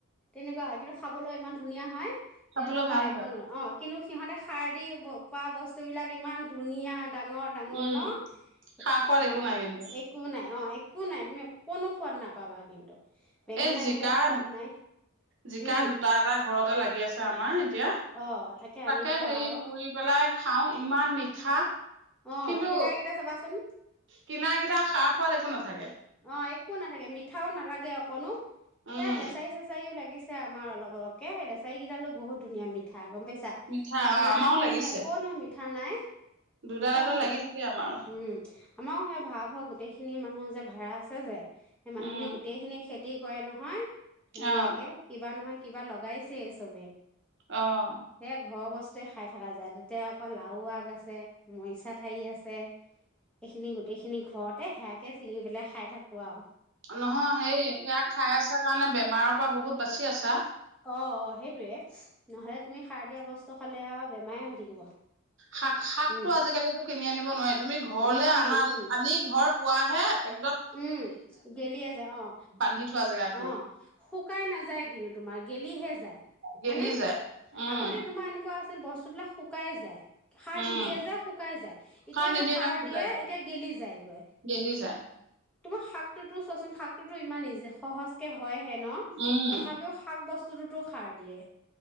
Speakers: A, in the centre; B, on the right (about 55°).
A: তেনেকুৱা হয় কিন্তু খাব ক'বলৈ ইমান ধুনীয়া হয়। কিন্তু
B: খাবলৈ
A: তোমাৰ
B: ভাল
A: একো
B: হয়।
A: নো অ'। কিন্তু সিহঁতে সাৰ দি ব কোৱা বস্তুবিলাক ইমান ধুনীয়া। ডাঙৰ -ডাঙৰ
B: উম,
A: ন
B: খা
A: ',
B: সোৱাদ একো নাই কিন্তু।
A: একো নাই অ', কোন নাই তুমি, কোনো সোৱাদ নাপাবা কিন্তু। বেঙেনা
B: এই জিকা
A: কেইটাও সোৱাদ
B: ',
A: নাই
B: -জিকা,
A: উম
B: দুটা- এটা ঘৰতে লাগি আছে, আমাৰ এতিয়া।
A: অ আনি
B: তাকে
A: খোৱা
B: সেই
A: আৰু
B: পুৰি পেলাই খাও। ইমান মিঠা।
A: অ
B: কিন্তু,
A: কেইটা কেইটা চাবাচোন
B: কিনা কেতা সাৰ, সোৱাদ একো নাথাকে।
A: অএক একো নাথাকে মিঠাও নালাগে অকনো
B: উম
A: হে' লেচাই-চেচাই ও লাগিছে। এ আমাৰ অলপ অলপ কে এ লেচাৰী কেইডালো বহুত ধুনীয়া মিঠা গম পাই ছা
B: মিঠা
A: কিনা
B: অ আমাৰো
A: খিনি
B: লাগিছে
A: একনো মিঠ থানাই
B: দুডাল
A: তমবে
B: এডাল লাগি থাকে আমাৰো
A: উম আমাৰো সেই ভাড়াঘৰ গোটেইখিনি মানুহ যে ভা ভাড়া আছে যে সেই মানুহখিনি
B: উম
A: গোটেই খিনি খেদ গোটেই গয় নহয় ধুনীয়াকে
B: অ
A: কিবা নহয় কিবা লগাইছেই চবে-
B: অ
A: সে ঘৰ বস্ত বস্তুৱে খাই থকা যায় তাতে আকৌ লাউ আগ আছে, মৰিচা ঠাৰি আছে, এইখিনি গোটেইখিনি ঘৰতে সেয়াকে ছিঙি পেলাই খাই থাকোঁ আউ
B: নহয় সেই সেয়া খাই আছা কাৰণে বেমাৰৰ পৰা বহুত বাচি আছা।
A: অঁ অঁ সেইটোৱে। নহলে তুমি সাৰ দিয়া বস্তু খালে অ বেমাৰে হৈ থাকিব।
B: শাক শাকটো
A: উম
B: আজিকালিতো কিনি আনিব নোৱাৰি তুমি ঘৰলে
A: নোৱাৰি
B: আনা-আনি
A: উম
B: ঘৰ পোৱাহে এ
A: উম গেলিয়ে যায় অ',
B: বান্ধি থোৱা জেগা খিনি
A: অ' শুকাই নাযায় কিন্তু তোমাৰ গেলিহে যায়
B: গেলি
A: হয়নে?
B: যায়। উম,
A: আগতে তোমাৰ এনেকুৱা আ বস্তুবিলাক শুকাই যায়। সাৰ
B: উম,
A: নিদিয়ে যে, শুকাই যায়। এতিয়া
B: নিদিয়াৰ
A: যে, সাৰ
B: কাৰণে শুকাই
A: দিয়ে
B: যায়,
A: এতিয়া গেলি যায়গৈ।
B: গেলি যায়।
A: তোমাৰ শাকটোতো চোৱাচোন শাকটোতো ইমান ইযে সহজকে হয় হে নহ
B: উম,
A: তথাপিও শাক বস্ টোতো সাৰ দিয়ে।